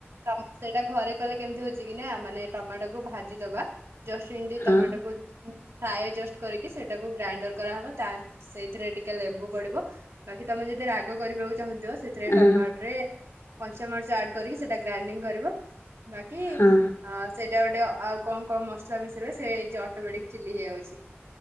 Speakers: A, on the right (about 80°); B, on the left (about 80°).
A: ଟମ୍ ସେଇଟା ଘରେ କଲେ କେମ୍ତି ହଉଚି କିନା ମାନେ ଟମାଟୋକୁୁ ଭାଜିଦବା। ଜଷ୍ଟ୍ ଣ୍ଡି
B: ହଁ
A: ଟମାଟୋକୁ ଫ୍ରାଏ ଜଷ୍ଟ୍ କରିକି ସେଟାକୁ ଗ୍ରାଇଣ୍ଡର୍ କରାହବ ତା ସେଇଥିରେ ଟିକେ ଲେବୁ ପଡିବ। ବାକି ତମେ ଯଦି ରାଗ କରିବାକୁ ଚାହୁଁଥିବ ସେଥିରେ
B: ହଁ
A: ଟମାଟ୍ରେ। କଞ୍ଚାମର୍ଚ ଆଡ୍ କରିକି ସେଟା ଗ୍ରାଇଣ୍ଡିଙ୍ଗ କରିବ ବାକି
B: ହଁ
A: ହଁ ସେଇଟା ଗୋଟେ ଆଉ କଂ କଂ ମସ୍ଲା ମିଶେଇଲେ ସେଇ ଅଟୋମେଟିକ୍ ଚିଲି ହେଇଯାଉଚି।